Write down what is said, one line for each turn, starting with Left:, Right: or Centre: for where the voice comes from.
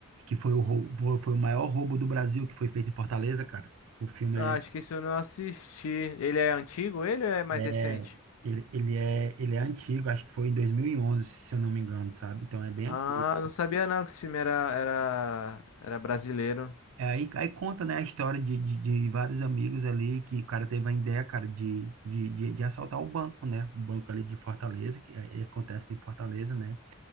Right: que foi o, rou- foi foi o maior roubo do Brasil, que foi feito em Fortaleza, cara. O filme
Left: Ah, Acho que isso eu não assisti. Ele é antigo? Ele ou é mais
Right: é,
Left: recente?
Right: é- ele, ele é, ele é antigo, acho que foi em 2011, se eu não me engano, sabe? Então é bem
Left: Ah,
Right: antigo.
Left: não sabia não que esse filme era, era, era brasileiro.
Right: É, Aí, aí conta, né, a história de, de, de vários amigos ali, que o cara teve a ideia, cara, de, de, de, de assaltar o banco, né, o banco ali de Fortaleza, que é- é- acontece em Fortaleza, né,